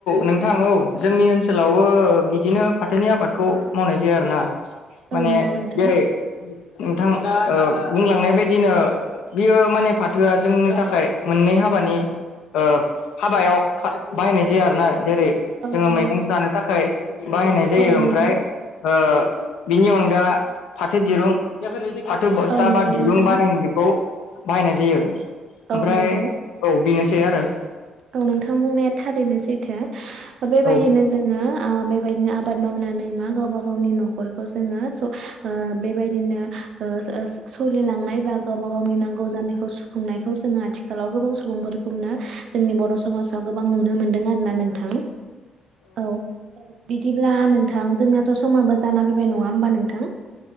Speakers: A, on the left (about 80°); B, on the right (about 65°).
A: नोंथां औ जोंनि ओनसोलावो बिदिनो फाथोनि आबादखौ मावनाय जाया आरोना माने
B: औ नंगौ नोंथां
A: जेरै नोंथां <unintelligible> ओ बुंलांनाय बायदिनो बियो माने फाथोआ जोंनि थाखाय मोननै हाबानि ओ हाबायाव खा बायनाय जाया आरो ना । जेरै
B: औ
A: जोङो
B: औ
A: मैगं जानो थाखाय बाहायनाय जायो
B: औ
A: ओमफ्राय
B: नंगौ
A: ओ बिनि अनगा फाथो दिरुं फाथो बस्था
B: औ नंगौ
A: बा दिरुं
B: नोंथां
A: बा नायनो बेखौ बाहायनाय जायो ओमफ्राय
B: औ नंगौ
A: औ बेनोसै आरो ।
B: औ नोंथां बुंनाया थारैनो सैथो बेबायदिनो
A: औ
B: जोङो आ बे ना आबाद मावनानै मा गावबा गावनि न' खरौ जोङो स ओ बे बायदिनो ओस ओस सोलिलांनाय बा गावबा गावनि नांगौ जानायखौ सुफुंनायखौ जोङो आथिखालाव गोबाव सु सुबुंफोरखौनो जोंनि बर' समाजाव गोबां नुनो मोन्दों आरो ना नोंथां। औ बिदिब्ला नोंथां जोंनाथ' समाबो जाना फैबाय नङा होमबा नोंथां?